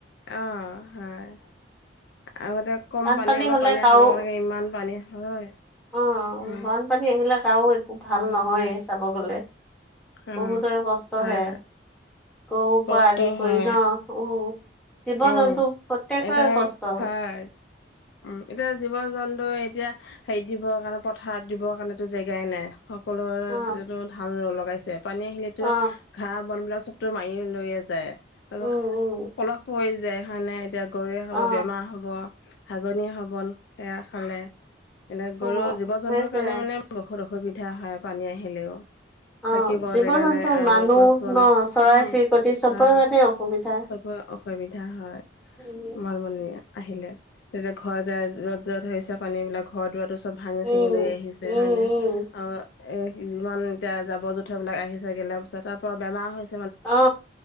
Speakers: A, on the left; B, in the centre.
A: অ' হয়, আগতে কম
B: বানপানী
A: পানী অলপ
B: হ'লে
A: পানী
B: কাও
A: অহাৰ লগে লগে ইমান পানী হয়।
B: অ',
A: উম
B: বানপানী আহিলে কাৰো একো ভাল
A: হয়
B: নহয়ে চাব গ'লে।
A: উম
B: বহুতৰে কষ্ট
A: হয়
B: হে, গৰু
A: কষ্ট
B: পৰা আদি
A: হয়
B: কৰি ন, উম। জীৱ-জন্তু
A: উম
B: প্ৰত্যেকৰেই
A: এতিয়া
B: কষ্ট।
A: হয়, উম। এতিয়া জীৱ-জন্তু এতিয়া হেৰিত দিবৰ কাৰণে পথাৰত দিবৰ কাৰণেটো জেগাই নাই, সকলোৰেটো
B: অ
A: ধান লগাইছে। পানী আহিলোটো
B: অ
A: ঘাঁহ বনবিলাক চবতো মাৰি লৈয়ে যায়। তাৰপাছত
B: উম উম
A: পলশ পৰি যায় হয় নে, এতিয়া গৰুৱে খাব
B: অ
A: বেমাৰ হ'ব হাগনি হ'ব ন সেয়া খালে। এনে
B: অ
A: গৰু জীৱ-জন্তুৰ
B: হৈছে
A: কাৰণে মানে বহুত অসুবিধা হয় পানী আহিলেও।
B: অ
A: থাকিব
B: জীৱ
A: জেগা
B: জন্তু
A: নাই, আৰু
B: মানুহ
A: গছ বন
B: ন চৰাই
A: উম
B: চিৰিকটি চবৰ
A: হয়।
B: কাৰণে অসুবিধা
A: চবৰে অসু- বিধা হয়
B: উম
A: বানপানীয়ে আহিলে, তে ঘৰত য'ত য'ত হৈছে পানী বিলাক ঘৰ দুৱাৰটো চব ভাঙি চাঙি
B: উম
A: লৈ আহিছে
B: উম
A: হয় নে।
B: উম
A: আৰু এ যিমান এতিয়া জাবৰ জোথৰ বিলাক আহিছে গেলা-পচা তাৰ পৰা বেমাৰ হৈ-
B: অ,